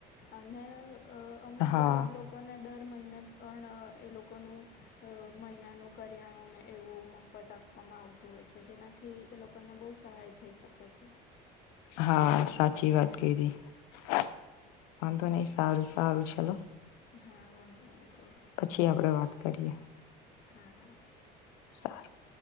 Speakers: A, on the left (about 50°); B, on the left (about 85°).
A: અને અમુક
B: હા
A: ગરીબ લોકો લોકોને દર મહિને પણ એ લોકોનું મહિનાનું કરિયાણું ને એવું મફત આપ આપવામાં આવતું હોય છે, જેનાથી એ લોકોને બહુ સહાય થઈ શકે છે.
B: હા, સાચી વાત કરી, વાંધો નહી સારું સારું ચલો.
A: હા, વાંધો નઈ ચાલો
B: પછી આપણે વાત કરીએ,
A: હા હા
B: <unintelligible>